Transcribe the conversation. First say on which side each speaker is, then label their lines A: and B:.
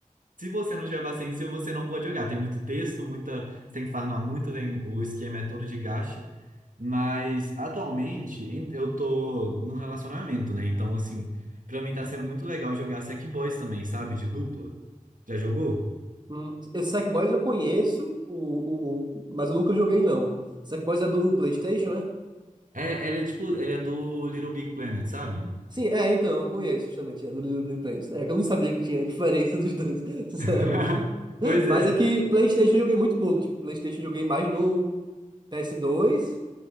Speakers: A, on the right (about 75°); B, on the right (about 30°).
A: se você não tiver paciência, você não pode jogar. Tem muito texto, muita, você tem que farmar muito, tem, o esquema é todo de gacha. Mas, atualmente, em- eu tô num relacionamento, né? Então, assim, pra mim tá sendo muito legal jogar Sackboys também, sabe? De dupla. Já jogou?
B: Hum, esse Sackboys eu conheço, o, o, mas eu nunca joguei não. Sackboys é do PlayStation, né
A: É, ele é tipo, ele é do Little Big Planet, sabe?
B: Sim, é, então, eu conheço justamente, é do Little Big Planet, né? É que eu não sabia que tinha <laughs> diferença dos dois, <laughs> sinceramente.
A: <laughs> Pois
B: Mas
A: é.
B: é que PlayStation eu joguei muito pouco. Tipo, PlayStation eu joguei mais no PS2,